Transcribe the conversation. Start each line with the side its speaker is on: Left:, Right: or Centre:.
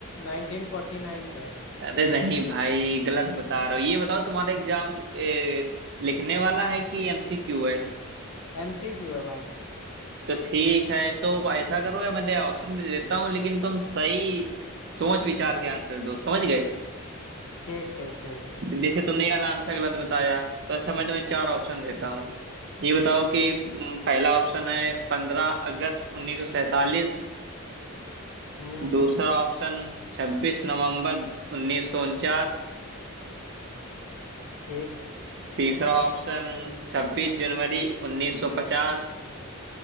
Left: 1949 पे
Right: अरे नहीं भाई गलत बता रहे हो ये बताओ तुम्हारा एग्जाम लिखने वाला है कि एमसीक्यू है
Left: एमसीक्यू है भाई
Right: तो ठीक है तो ऐसा करो या मैं दे ऑप्शन भी देता हूँ लेकिन तुम सही सोच विचार के आंसर दो समझ गए
Left: ठीक ठीक ठीक
Right: तो जैसे तुमने ये वाला आंसर गलत बताया तो अच्छा मैं तुम्हें चार ऑप्शन देता हूँ ये बताओ कि हम्म, पहला ऑप्शन है पंद्रह अगस्त उन्नीस सौ सैतालीस
Left: हम्म
Right: दूसरा ऑप्शन छब्बीस नवंबर उन्नीस सौ उनचास
Left: ठीक
Right: तीसरा ऑप्शन छब्बीस जनवरी उन्नीस सौ पचास